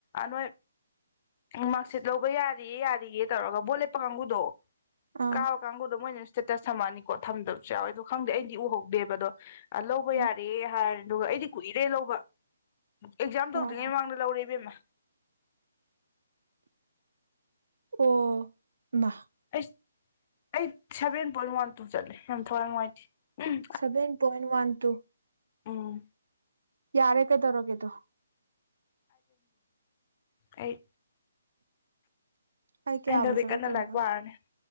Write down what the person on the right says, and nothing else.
ꯑꯥ
ꯎꯝ
ꯑꯣ ꯑꯣ
ꯑꯣ
ꯁꯚꯦꯟ ꯄꯣꯏꯟ ꯋꯥꯟ ꯇꯨ
ꯌꯥꯔꯦ ꯀꯩ ꯇꯔꯣꯒꯦꯗꯨꯣ
ꯑꯩ
ꯀꯌꯥꯕꯨ ꯆꯠꯂꯛꯇꯣꯏꯅꯣ
ꯈꯪꯗꯦ